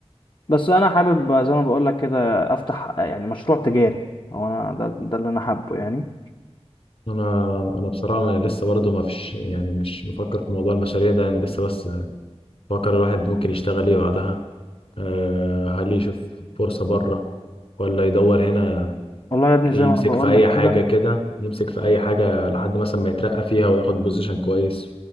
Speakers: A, on the left (about 45°); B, on the left (about 65°).
A: بس انا حابب زي ما بقول لك كده افتح يعني مشروع تجاري هو انا ده, ده اللي انا حابه يعني
B: انا انا بصراحه ما- لسه برضه ما فيش يعني مش مفكر في موضوع المشاريع ده يعني لسه بس بفكر الواحد ممكن يشتغل ايه بعدها أه هل يشوف فرصه بره ولا يدور هنا
A: والله يا ابني
B: يمسك
A: زي ما انا بقول
B: في اي
A: لك
B: حاجه
A: كده
B: كده يمسك في اي حاجه لحد مثلا ما يترقى فيها وياخد بوزيشن كويس